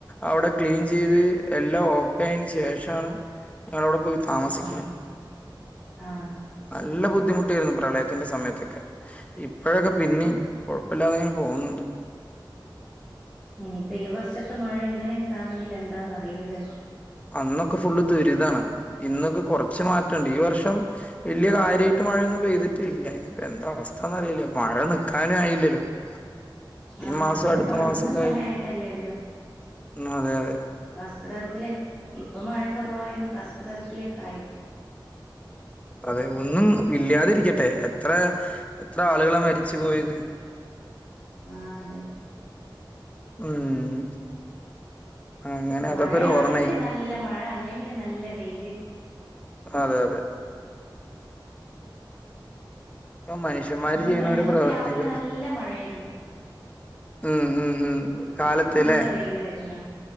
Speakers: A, on the left; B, in the centre.
A: അവിടെ ക്ലീൻ ചെയ്ത് എല്ലാം ഓക്കെ ആയതിന് ശേഷമാണ് ഞങ്ങളവിടെ പോയി താമസിക്കുന്നത്
B: ആഹ് ആഹ്
A: നല്ല ബുദ്ധിമുട്ടായിരുന്നു പ്രളയത്തിന്റെ സമയത്തൊക്കെ ഇപ്പോഴൊക്കെ പിന്നിം കൊഴപ്പല്ലാതെ ഇങ്ങനെ പോകുന്നുണ്ട്
B: ഇനിയിപ്പ ഈ വർഷത്തെ മഴ ഇങ്ങനെയൊക്കെ ആണെങ്കിൽ എന്താന്ന് അറിയൂലല്ലോ
A: അന്നൊക്കെ ഫുള്ള് ദുരിതമാണ് ഇന്നൊക്കെ കുറച്ച് മാറ്റം ഉണ്ട് ഈ വർഷം വലിയ കാര്യമായിട്ട് മഴയൊന്നും പെയ്തിട്ടില്ലനി എന്ത അവസ്ഥന്നറിയില്ലേ മഴ നിക്കാനും ആയില്ലല്ലോ <inaudible>
B: ആഹ്
A: മാസം
B: മഴ
A: അടുത്ത
B: തുടങ്ങുന്ന
A: മാസൊക്കെ
B: സമയമായിട്ടല്ലേ
A: ആയിട്ട്
B: ഉള്ളു
A: ഉം അതെ അതെ
B: കർക്കിടകത്തിലേക്ക് ഇപ്പ മഴ കുറവായോണ്ട് കർക്കിടകത്തിലേക്കായിയിരിക്കും
A: അതെ ഒന്നും ഇല്ലാതിരിക്കട്ടെ എത്ര എത്ര ആളുകളെ മരിച്ചു പോയത്
B: ആഹ് അതെ
A: ഉം അങ്ങനെ അതൊക്കെ
B: മഴയാണെങ്കില്
A: ഒരു ഓർമ്മയായി
B: നല്ല മഴ അല്ലെങ്കിൽ നല്ല വെയില്
A: അതെ അതെ ഇപ്പൊ മനുഷ്യന്മാര്
B: ഇന്നിപ്പോ
A: ചെയ്യണ
B: ഞങ്ങക്ക്
A: ഓരോ പ്രവർത്തികള്
B: രാവിലെ നല്ല മഴയായിരുന്നു
A: ഉം ഉം ഉം കാലത്ത്
B: ഇപ്പൊ നല്ല
A: ല്ലേ
B: വെയില് വരുന്നു